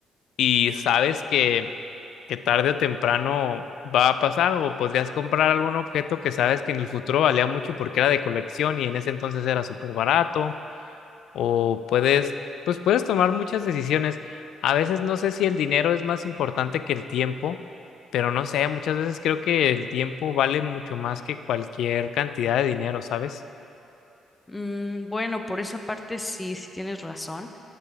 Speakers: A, on the left; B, on the left.
A: y sabes que, que tarde o temprano va a pasar o podrías comprar algún objeto que sabes que en el futuro valía mucho porque era de colección y en ese entonces era súper barato o puedes, pues puedes tomar muchas decisiones. A veces no sé si el dinero es más importante que el tiempo, pero no sé, muchas veces creo que el tiempo vale mucho más que cualquier cantidad de dinero, ¿sabes?
B: Mm, bueno, por esa parte sí, sí tienes razón.